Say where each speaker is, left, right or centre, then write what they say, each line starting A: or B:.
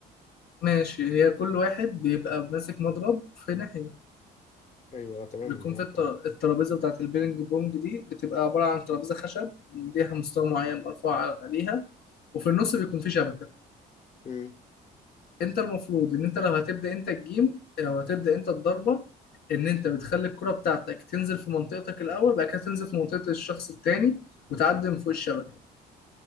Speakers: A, on the left; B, on the left.
A: ماشي هي كل واحد بيبقى ماسك مضرب في ناحية
B: ايوه آه، تمام
A: بيكون
B: معاك
A: في التر-
B: اه
A: الترابيزة بتاعة البينج بونج دي بتبقى عبارة عن ترابيزة خشب ليها مستوى معين مرفوع عليها وفي النص بيكون في شبكة
B: امم
A: انت المفروض ان انت لو هتبدا انت الجيم او هتبدا انت الضربه ان انت بتخلي الكره بتاعتك تنزل في منطقتك الاول بعد كده تنزل في منطقه الشخص التاني وتعدي من فوق الشبكه